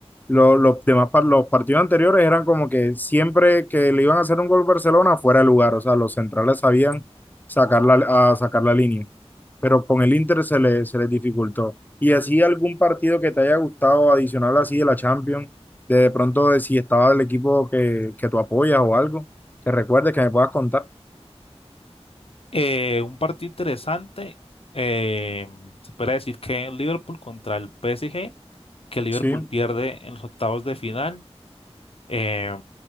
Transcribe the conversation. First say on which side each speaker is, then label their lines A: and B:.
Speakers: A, on the left; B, on the left.
A: Lo- los demás par- los partidos anteriores eran como que siempre que le iban a hacer un gol Barcelona fuera de lugar, o sea, los centrales sabían sacar la, a sacar la línea, pero con el Inter se le, se les dificultó. ¿Y así algún partido que te haya gustado adicional así de la Champions, de, de pronto de si estaba el equipo que, que tú apoyas o algo, que recuerdes que me puedas contar?
B: Eh, un partido interesante, eh, se puede decir que Liverpool contra el PSG, que Liverpool
A: Sí,
B: pierde en los octavos de final. Eh,